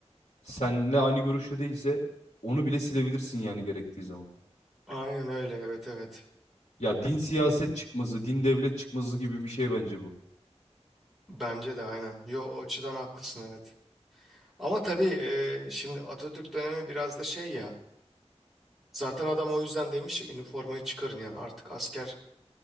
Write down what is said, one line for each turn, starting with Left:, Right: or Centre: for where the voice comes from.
Left: seninle aynı görüşte değilse onu bile silebilirsin yani gerektiği zaman.
Centre: Aynen öyle evet evet.
Left: Ya din siyaset çıkmazı, din devlet çıkmazı gibi bir şey bence bu.
Centre: Bence de aynen. Yo o açıdan haklısın evet. Ama tabii e, şimdi Atatürk dönemi biraz da şey ya. Zaten adam o yüzden demiş ya üniformayı çıkarın yani artık asker